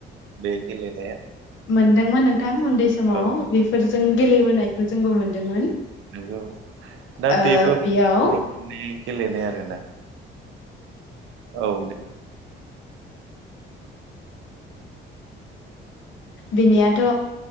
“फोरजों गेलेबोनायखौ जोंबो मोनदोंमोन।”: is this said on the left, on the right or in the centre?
Left